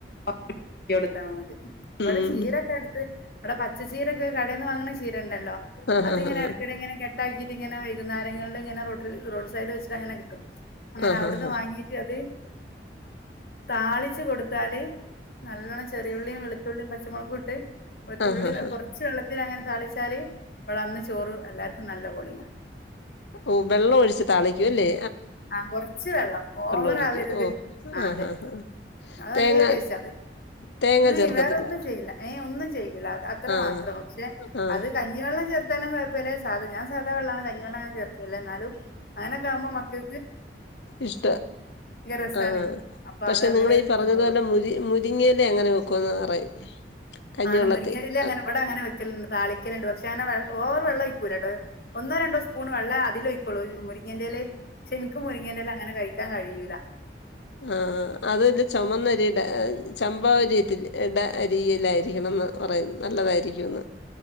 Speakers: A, on the left; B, on the left.
A: <unintelligible> ടുത്താ മതി. ഇവടെ
B: ഉം
A: ചീരക്കെട്ത്ത് ഇവടെ പച്ചചീരെക്കെ കടേന്ന് വാങ്ങുന്നാ ചീ രണ്ടല്ലോ,
B: ആഹ്
A: അത്ങ്ങനെ
B: ആഹ്
A: ഇടക്കിടെ ഇങ്ങനെ കെട്ടാക്കി ട്ടിങ്ങനെ വൈകുന്നേരങ്ങള്ല് ഇങ്ങനെ റോട്ടില് റോഡ്സൈഡ് വച്ച്ട്ടങ്ങനെ ക്കെട്ടും അങ്ങനെ
B: ആഹ്
A: അവ്ടുന്ന്
B: ആഹ്
A: വാങ്ങീട്ട് അത് താളിച്ചു കൊടുത്താല് നല്ലോണം ചെറിയുള്ളിയും വെളുത്തുള്ളിയും പച്ച ഇങ്ങളെകുട്ട് ഒര് തുള്ളി
B: ആഹ് ആഹ്
A: വെ കൊറച്ച് വെള്ള ഇതിലങ്ങനെ താളിച്ചാല് മ്മളന്ന് ചോറ് എല്ലാർക്കും നല്ലപൊലെ
B: ഓ വെള്ളം ഒഴിച്ച് താളിക്കു എല്ലേ
A: ആ കൊറച്ച് വെള്ളം ഓവറാകരുത്
B: ഒഴിക്കും ഓഹ്
A: ആ
B: ആഹ്
A: അതെ
B: ആഹ് ആഹ്
A: അത് നല്ല
B: തേങ്ങ
A: ടേസ്റ്റാന്ന്
B: തേങ്ങ
A: നി
B: ചേർക്കത്തില്ല
A: വേറൊന്നും ചെയ്യില്ല ഏ ഒന്നും ചെയ്യുല്ല അത് അത്ര
B: ആഹ്
A: മാത്രം പഷേ
B: ആഹ്
A: അത് കഞ്ഞിവെള്ളം ചേർത്താലും കൊയ പ്പിലാ സാധാ ഞാൻ സാധാ വെള്ളാണ് കഞ്ഞിവെള്ളംഞാൻ ചേർക്കില്ല എന്നാലും ആങ്ങനൊക്കെയാമ്പോ മക്ക്
B: ഇഷ്ടാ
A: രസാണ്
B: ആഹ്
A: അപ്പൊ
B: പക്ഷെ
A: അത് അങ്ങനെ
B: നിങ്ങളീ പറഞ്ഞതുപോലെ
A: തിന്നോളും
B: മുരി മുരിങ്ങയിലേങ്ങനെ വെക്കുവന്ന് പറയും കഞ്ഞിവെള്ളത്തി
A: ആണ് മുരിങ്ങയില്ലേ അങ്ങനെ
B: ആഹ്
A: ഇവിടെ അങ്ങനെ വെക്കലുണ്ട് താളിക്കല്ണ്ട് പക്ഷെ അനെ വെ ഓവ്റ് വെള്ളോഴിക്കൂലട്ടോ ഒന്നോ രണ്ടോ സ്പൂൺ വെള്ളേ അതിലൊയ് ക്കൊള്ളോര് മുരിങ്ങേൻന്റെലേ ശെനിക്കും മുരിങ്ങേൻെല്ല അങ്ങനെ കഴിക്കാ കഴിയ് യൂല
B: ആഹ്ആ അതൊരു ചൊമന്നരീടെ ചമ്പാവരീത്തില്ലെ എടെ അരിയിലായിരിക്കണംന്ന് പറയ്ന്ന് നല്ലതായിരിക്കുംന്ന്